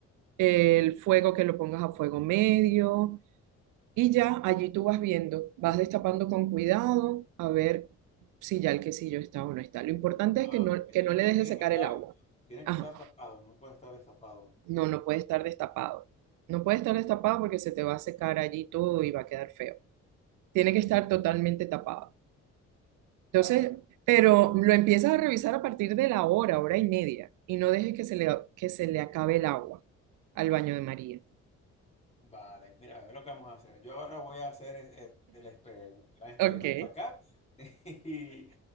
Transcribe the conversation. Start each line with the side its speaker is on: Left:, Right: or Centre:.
Right: el fuego que lo pongas a fuego medio y ya allí tú vas viendo, vas destapando con cuidado a ver si ya el quesillo está o no está. Lo importante
Left: ah,
Right: es que no,
Left: que
Right: que
Left: tiene
Right: no le
Left: que,
Right: dejes
Left: tiene
Right: secar
Left: que estar,
Right: el agua.
Left: tiene
Right: Ajá,
Left: que estar tapado, no puede estar destapado.
Right: no, no puede estar destapado. No puede estar destapado porque se te va a secar allí todo y va a quedar feo. Tiene que estar totalmente tapado.
Left: Vale,
Right: Entonces,
Left: vale.
Right: pero
Left: Bueno,
Right: lo empiezas a revisar a partir de la hora, hora y media, y no dejes que se le, que se le acabe el agua al baño de María.
Left: vale. Mira, a ver lo que vamos a hacer. Yo ahora voy a hacer es- es- el, exper- gran experimento
Right: Ok.
Left: acá. <laughs> Y